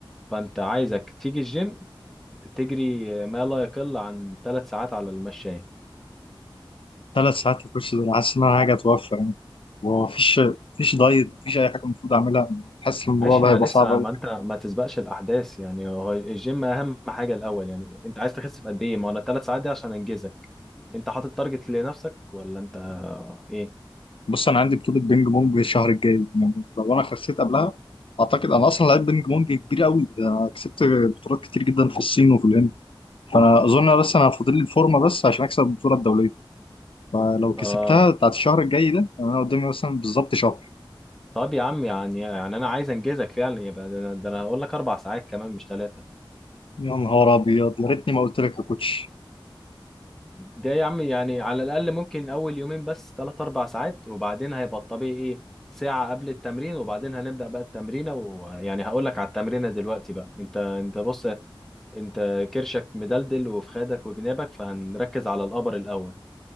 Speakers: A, in the centre; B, on the left.
A: فانت عايزك تيجي الجيم تجري آه، ما لا يقل عن ثلاث ساعات على المشاية
B: ثلاث ساعات الكوتش ده أنا حاسس ان انا حاجه اتوفى يعني ومفيش مفيش دايت مفيش اي حاجه المفروض اعملها حاسس ان الموضوع
A: ماشي
B: ده
A: ما
B: هيبقى
A: لسه
B: صعب قوي
A: ما انت ما تسبقش الاحداث يعني هو الجيم اهم حاجة الاول يعني انت عايز تخس في قد ايه ما انا ثلاث ساعات دي عشان انجزك انت حاطط تارجت لنفسك ولا انت آه، ايه
B: بص انا عندي بطوله بينج بونج الشهر الجاي يعني لو انا خسيت قبلها اعتقد انا اصلا لعيب بينج بونج كبير قوي ده أنا كسبت بطولات كتير جدا في الصين وفي الهند فانا اظن بس انا فاضل لي الفورمه بس عشان اكسب البطوله الدوليه فلو كسبتها
A: اه
B: بتاعت الشهر الجاي ده يعني انا قدامي مثلا بالظبط شهر
A: طب يا عم يعني يعني انا عايز انجزك فعلا يبقى ده انا ده أنا هقول لك اربع ساعات كمان مش ثلاثة
B: يا نهار ابيض يا ريتني ما قلت لك يا كوتش
A: ده يا عم يعني على الأقل ممكن أول يومين بس تلات أربع ساعات وبعدين هيبقى الطبيعي إيه ساعة قبل التمرين وبعدين هنبدأ بقى التمرينة ويعني هقول لك على التمرينة دلوقتي بقى أنت أنت بص أنت كرشك مدلدل وفي خدك وجنابك فهنركز على الأبر الأول